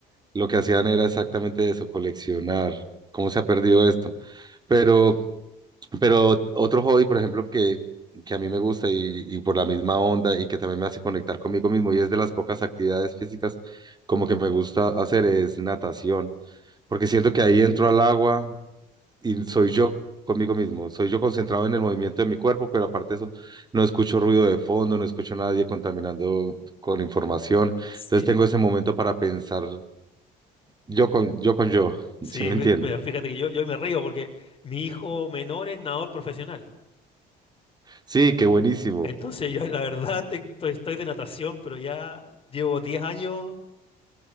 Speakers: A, on the right; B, on the left.
A: lo que hacían era exactamente eso, coleccionar. ¿Cómo se ha perdido esto? Pero, pero otro hobby, por ejemplo, que, que a mí me gusta y, y por la misma onda y que también me hace conectar conmigo mismo y es de las pocas actividades físicas como que me gusta hacer es natación, porque siento que ahí entro al agua y soy yo conmigo mismo, soy yo concentrado en el movimiento de mi cuerpo, pero aparte de eso, no escucho ruido de fondo, no escucho a nadie contaminando con información,
B: Sí.
A: entonces tengo ese momento para pensar yo con yo, con yo,
B: Sí,
A: <laughs> ¿sí me
B: mi-
A: entiende?
B: mira, fíjate que yo, yo me río porque mi hijo menor es nadador profesional.
A: Sí, qué buenísimo.
B: Entonces yo la verdad te- estoy, estoy de natación, pero ya llevo 10 años